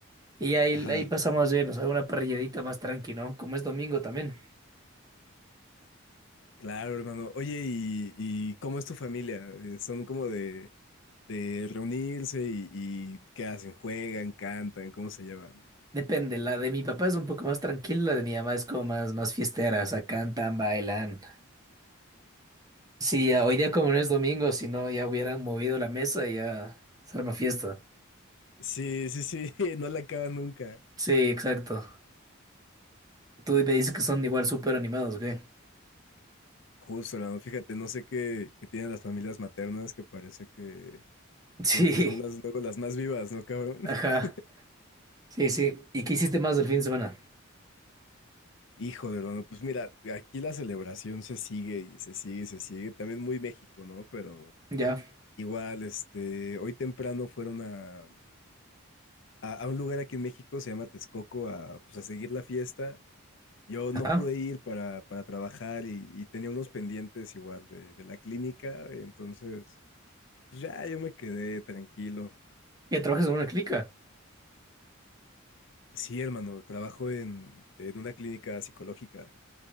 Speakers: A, on the right; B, on the left.
A: Y ahí,
B: Ajá.
A: ahí pasamos bien, o sea, una parrilladita más tranqui, ¿no? Como es domingo también.
B: Claro, hermano. Oye, ¿y, y cómo es tu familia? Eh, ¿Son como de, de reunirse y, y qué hacen? ¿Juegan? ¿Cantan? ¿Cómo se llevan?
A: Depende, la de mi papá es un poco más tranquila, la de mi mamá es como más, más fiestera, o sea, cantan, bailan. Sí, ya, hoy día como no es domingo, si no ya hubieran movido la mesa y ya se arma fiesta.
B: Sí, sí, sí, <laughs> no la acaban nunca.
A: Sí, exacto. Tú me dices que son igual súper animados, ¿ok? <laughs>
B: Justo, hermano. Fíjate, no sé qué, qué tienen las familias maternas que parece que
A: Sí,
B: como que son las luego las más vivas, ¿no, cabrón?
A: ajá.
B: <laughs>
A: Sí, sí. ¿Y qué hiciste más del fin de semana?
B: Hijo de hermano, pues mira, aquí la celebración se sigue y se sigue y se sigue. También muy México, ¿no? Pero
A: Ya.
B: igual, este, hoy temprano fueron a... a, a un lugar aquí en México, se llama Texcoco, a, pues, a seguir la fiesta. Yo no
A: Ajá.
B: pude ir para, para trabajar y, y tenía unos pendientes igual de, de la clínica, entonces, pues ya yo me quedé tranquilo.
A: ¿Ya trabajas en una clica?
B: Sí, hermano, trabajo en, en una clínica psicológica.